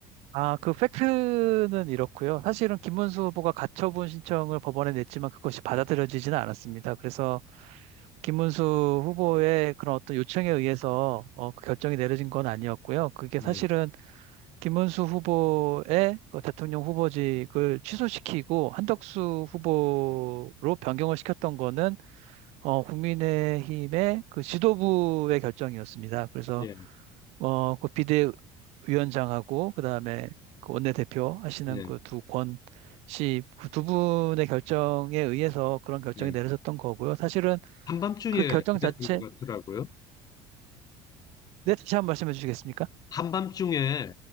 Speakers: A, on the right; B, on the left.
A: 아, 그 팩트는 이렇고요. 사실은 김문수 후보가 가처분 신청을 법원에 냈지만 그것이 받아들여지지는 않았습니다. 그래서 김문수 후보의 그런 어떤 요청에 의해서 어, 그 결정이 내려진 건 아니었고요. 그게 사실은
B: 예,
A: 김문수 후보의 그 대통령 후보직을 취소시키고 한덕수 후보로 변경을 시켰던 거는 어, 국민의힘의 그 지도부의 결정이었습니다. 그래서
B: 예,
A: 어, 그 비대위원장하고 그다음에 그 원내대표 하시는
B: 예,
A: 그 두 권 씨, 그두 분의 결정에 의해서 그런 결정이
B: 예.
A: 내려졌던 거고요. 사실은
B: 한밤중에
A: 그 결정
B: 그랬던
A: 자체,
B: 것 같더라고요.
A: 네, 다시 한번 말씀해 주시겠습니까?
B: 한밤중에